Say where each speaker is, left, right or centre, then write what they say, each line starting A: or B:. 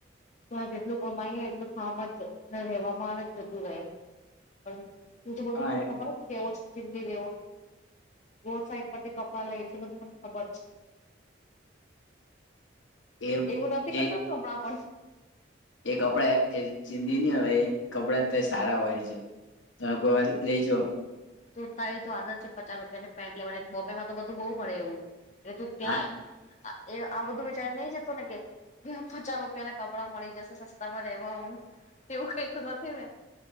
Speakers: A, on the left (about 40°); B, on the left (about 80°).
A: ત્યાં જેટલું કમાઈ એટલું ખવામાં ને રહેવામા જ જતું રહે. પણ તું તો બધું
B: હા
A: મને ખબર હતું કેવો જ ચીલી જેવો રોડ સાઈડ પરથી કપડાં લઈશ એ બધું મને ખબર છે.
B: એ
A: એવું નથી કરતો
B: એ
A: ન તુ હમણાં પણ
B: એ કપડા એ ચિંધી નહી હોય એ કપડા અત્યારે તોય સારા હોય છે. તમે કોઈ વાર લઈજો
A: તુ તારી તો આદત છે પચાસ રૂપિયાની પેન્ટ લેવાનીને બોમ્બેમાં તો બધું બહુ મળે એવું એ તુ ત્યાં
B: હા
A: આ એ આ બધું વિચારી નઈ જતો ને કે પચાસ રૂપિયા ના કપડા મળી જશે સસ્તામાં રહેેવા હું એવું કઈ તો નથી ને